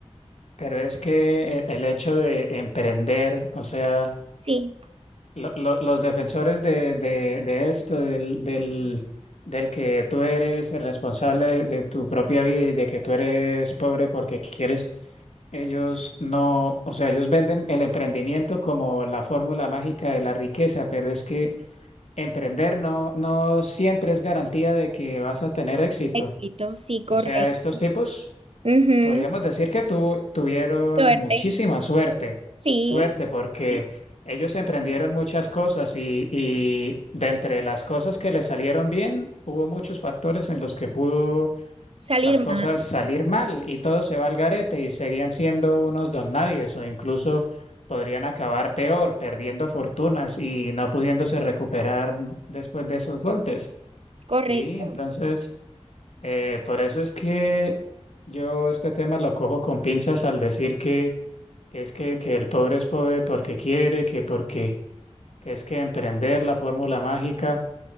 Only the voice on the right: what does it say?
Sí,
Éxito, sí, correcto.
ujú,
Suerte,
sí.
y
Salir
mal,
correcto.